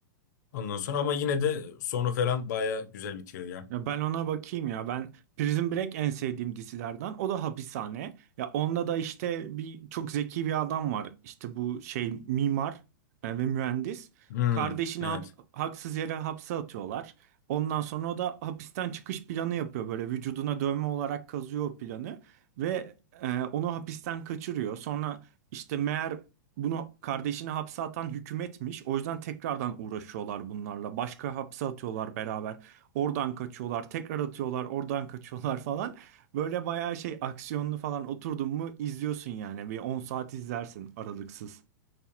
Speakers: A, on the left; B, on the right.
A: Ondan sonra ama yine de sonu falan baya güzel bitiyor ya.
B: Ya ben ona bakayım ya. Ben Prison Break en sevdiğim dizilerden. O da hapishane. Ya onda da işte bir çok zeki bir adam var. İşte bu şey mimar e, ve mühendis.
A: Hmm,
B: Kardeşini
A: evet.
B: hap- haksız yere hapse atıyorlar. Ondan sonra o da hapisten çıkış planı yapıyor böyle vücuduna dövme olarak kazıyor o planı ve e, onu hapisten kaçırıyor. Sonra işte meğer bunu kardeşini hapse atan hükümetmiş. O yüzden tekrardan uğraşıyorlar bunlarla. Başka hapse atıyorlar beraber. Oradan kaçıyorlar, tekrar atıyorlar, oradan kaçıyorlar <laughs> falan. Böyle bayağı şey aksiyonlu falan oturdun mu izliyorsun yani. Bir 10 saat izlersin aralıksız.